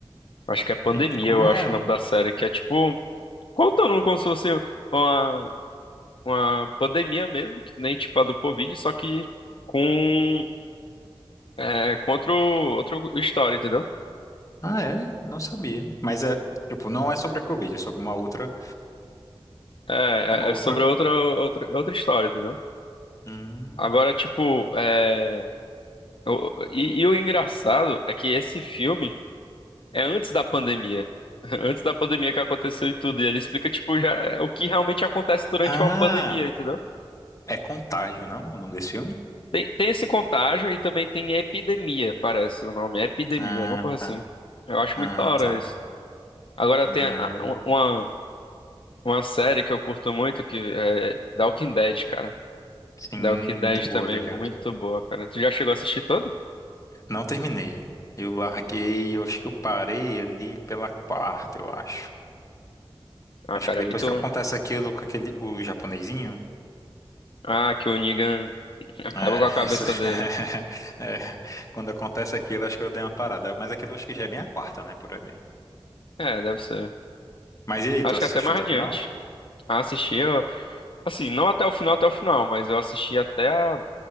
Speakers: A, on the left; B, on the left.
A: Acho que é pandemia,
B: Eita, como
A: eu acho
B: é?
A: o nome da série, que é tipo, contando como se fosse uma, uma pandemia mesmo, que nem tipo a do Covid, só que com É contra o- outra história, entendeu?
B: Ah, é? Não sabia. Mas é, tipo, não é sobre a Covid, é sobre uma outra,
A: É,
B: uma
A: é
B: outra.
A: é sobre outra, outra, outra história, entendeu?
B: Hum.
A: Agora, tipo, é, o- e, e o engraçado é que esse filme é antes da pandemia. <laughs> Antes da pandemia que aconteceu e tudo. E ele explica, tipo, já é o que realmente acontece durante
B: Ah,
A: uma pandemia, entendeu?
B: é Contágio, não? O nome desse filme?
A: Tem, tem esse contágio e também tem epidemia, parece o nome. Epidemia,
B: Ah,
A: alguma coisa assim.
B: tá.
A: Eu acho
B: Ah,
A: muito da hora
B: tá.
A: isso. Agora
B: Ah,
A: tem a-
B: eu-
A: a- uma, uma série que eu curto muito, que é The Walking Dead, cara.
B: Sim,
A: Dark Knight
B: muito boa,
A: também,
B: DK.
A: muito boa, cara. Tu já chegou a assistir todo?
B: Não terminei. Eu larguei, eu acho que eu parei ali pela quarta, eu acho.
A: Ah,
B: Acho
A: cara,
B: que depois
A: é muito.
B: que acontece aquilo com aquele, o japonesinho,
A: Ah, que o Negan <laughs> acaba
B: é,
A: com a cabeça
B: <laughs> isso,
A: dele.
B: <laughs> é, quando acontece aquilo, acho que eu dei uma parada. Mas aquilo acho que já é bem a quarta, né, por ali.
A: É, deve ser.
B: Mas e aí,
A: Acho
B: tu assistiu
A: que até mais
B: até
A: adiante.
B: o final?
A: Ah, assisti, eu... assim, não até o final, até o final, mas eu assisti até a,